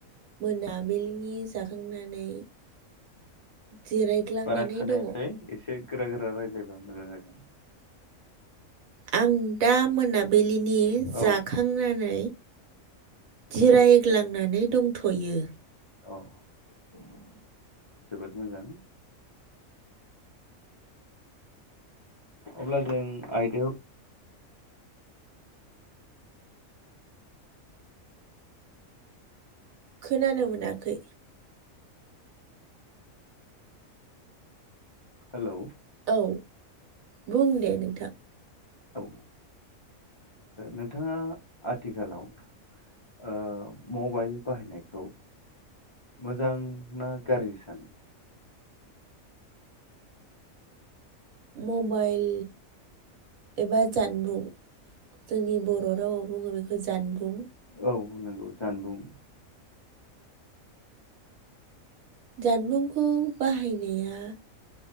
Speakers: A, on the right; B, on the left.
A: मोनाबिलिनि जाखांनानै जिरायग्लांनानै
B: बारा खोनायाखै
A: दंङ
B: एसे गोरा गोरा रायज्लायबा मोजां जागोन।
A: आं दा मोनाबिलिनि जाखांनानै
B: औ
A: जिरायग्लांनानै दंथयो।
B: औ उम जोबोद मोजां अब्ला जों आयदायाव
A: खोनानो मोनाखै
B: हेलौ
A: औ बुं दे नोंथां।
B: औ ओ नोंथांङा आथिखालाव ओ मबाइल बाहायनायखौ मोजां ना गाज्रि सानो?
A: मबाइल एबा जानबुं जोंनि बर' रावाव बुंङो बेखौ जानबुं।
B: औ नंगौ जानबुं।
A: जानबुंखौ बाहायनाया